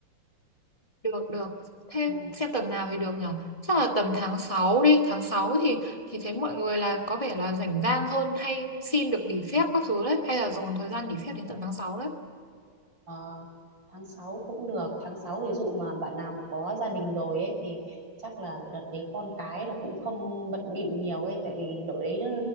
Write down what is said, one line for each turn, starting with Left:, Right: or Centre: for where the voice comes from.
Left: được được thêm
Right: Ừ.
Left: xem tuần nào thì được nhở chắc là tầm tháng 6 đi tháng 6 thì thì thấy mọi người là có vẻ là rảnh rang hơn hay xin được nghỉ phép các thứ đấy hay là dồn thời gian nghỉ phép đến tầm tháng 6 đấy
Right: Ờ, tháng 6 cũng được tháng 6 thì dụ mà bạn nào mà có gia đình rồi ấy thì chắc là đợt đấy con cái là cũng không bận bịu nhiều ấy tại vì đội đấy nó